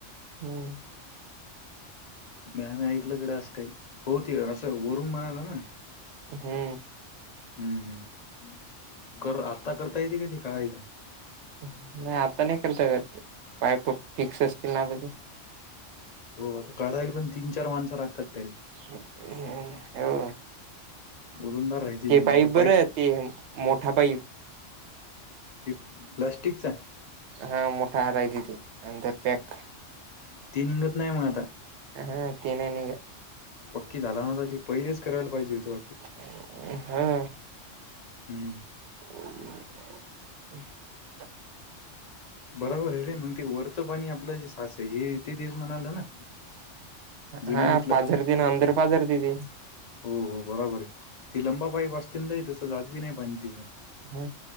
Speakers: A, on the right; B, on the left.
A: हम्म
B: म्या नाही ऐकलं गड्या असं काही हो ते असं वरून म्हणाला ना.
A: हो.
B: हम्म हम्म. कर आता करता येते का ती का हाय त
A: नाही. आता नाही करता येत पाईप फिक्स असतील ना ते.
B: हो. आता कढायला पण तीन, चार माणसं लागतात त्याले.
A: हम्म हो.
B: ओलंदार राहते
A: ती
B: त्यांनी
A: पाईप
B: तर
A: बर ते मोठा पाईप.
B: ते प्लास्टिकचा?
A: हा मोठा हारयतती अंदर पॅक.
B: ती निघत नाही मग आता.
A: हा. ते नाही निघ
B: पक्की झाला ना तर ती पहिलीच करायला पाहिजे हुत वाटत.
A: हो.
B: हम्म.
A: <inaudible>
B: बराबर हे रे म्हण ते वरचं पाणी आपलं जे सास आहे हे ते दिवस म्हणालं ना. जमिनीतलं
A: हा पाझर तेना अंदर पाझर ते.
B: हो हो बराबर आहे. ती लंबा पाईप असतील नाही तसं जात बी नाही पाणी ति
A: ह